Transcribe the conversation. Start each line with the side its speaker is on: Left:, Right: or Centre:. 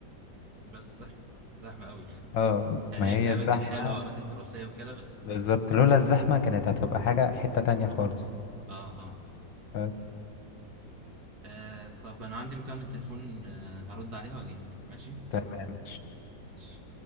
Right: بس زحمه زحمه قوي
Left: اه
Right: يعني
Left: ما
Right: هي
Left: هي
Right: في اماكن
Left: الزحمة
Right: حلوه اماكن تراثيه وكده بس
Left: بالظبط
Right: اه
Left: لولا الزحمة كانت هتبقى حاجة حتة تانية خالص
Right: اه,
Left: آه،
Right: آه. طب انا عندي مكالمه تليفون آه هرد عليها واجي لك ماشي
Left: تمام
Right: ماشي.